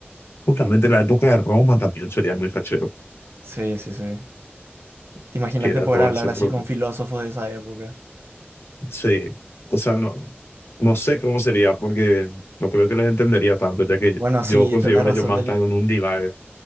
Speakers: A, on the left; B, on the right.
A: Justamente la época de Roma también sería muy fachero,
B: Sí, sí, sí. Imagínate
A: que era
B: poder
A: todo
B: hablar
A: el centro
B: así con filósofos de esa época.
A: Sí, o sea, no, no sé cómo sería porque no creo que les entendería tanto, ya que
B: Bueno,
A: yo,
B: sí,
A: considero
B: tenés
A: que
B: razón,
A: ellos más
B: el,
A: están en un divague.